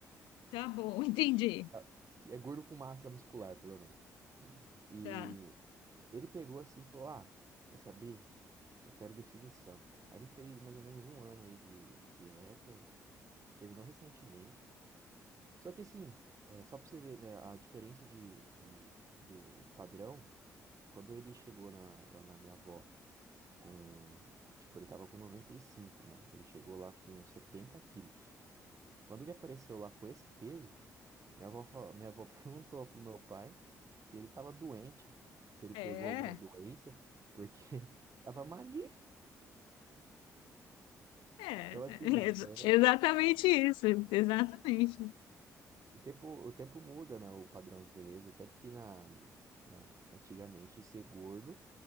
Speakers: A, on the left; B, on the right.
A: tá bom, <laughs> entendi.
B: <laughs> É gordo com massa muscular, pelo menos. E
A: Tá.
B: ele pegou assim e falou: Ah, quer saber? Eu quero definição. Aí ele fez mais ou menos um ano aí de, de dieta, que terminou recentemente. Só que assim, é, só pra você ver, né, a diferença de, de, do, de padrão, quando ele chegou na, lá na minha avó com, tipo, ele tava com noventa e cinco né? Ele chegou lá com 70 quilos. Quando ele apareceu lá com esse peso, minha avó, fala- minha avó <laughs> perguntou pro meu pai se ele tava doente, se ele
A: É,
B: pegou alguma doença, porque <laughs> tava magrinho.
A: é,
B: Então, assim,
A: é ex-
B: é,
A: exatamente isso, exatamente.
B: o tempo, o tempo muda, né? O padrão de beleza. Tanto que na, na- antigamente ser gordo